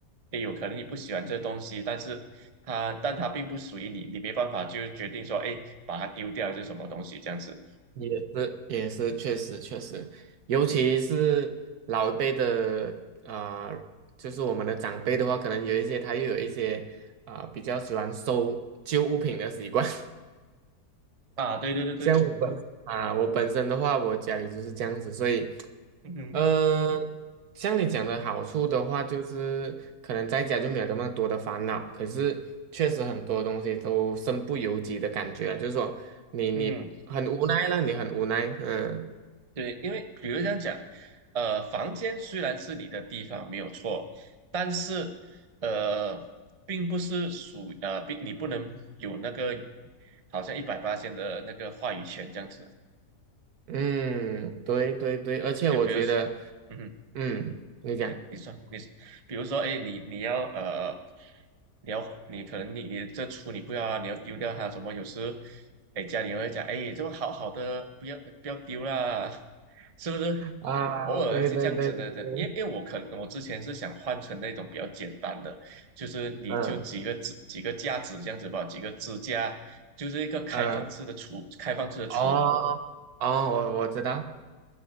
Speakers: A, on the right; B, on the right.
A: 也有可能你不喜欢这东西，但是它，但它并不属于你，你没办法就决定说，哎，把它丢掉还是什么东西这样子。
B: 也是也是确实确实，尤其是老一辈的啊、
A: 嗯，
B: 呃就是我们的长辈的话，可能有一些他又有一些啊、呃比较喜欢收旧物品的习惯。<laughs>
A: 啊，对对对对，
B: 像我本啊、我本身的话，我家里就是这样子，所以
A: 嗯嗯
B: 呃，像你讲的好处的话，就是可能在家就没有那么多的烦恼，可是确实很多东西都身不由己的感觉啊就是说你你很无奈了，
A: 嗯
B: 你很无奈，嗯。
A: 对，因为比如这样讲，呃，房间虽然是你的地方没有错，但是呃，并不是属呃，并你不能有那个好像一百八千的那个话语权这样子啊。
B: 嗯，对对对，而且我觉得，
A: 就比如说嗯哼，
B: 嗯，你讲
A: 你你说你，比如说，哎，你你要呃，你要你可能你你这厨你不要啊，你要丢掉它，怎么有时，哎，家里会讲，哎，这个好好的，不要不要丢啦，<laughs> 是不是？
B: 啊，
A: 偶尔是这样子的的，
B: 对对对对对，
A: 因为因为我可我之前是想换成那种比较简单的，就是你就几个支几个架子这样子吧，
B: 嗯
A: 几个支架，就是一个开放式的厨，
B: 嗯，
A: 开放式的厨。
B: 哦哦，我我知道，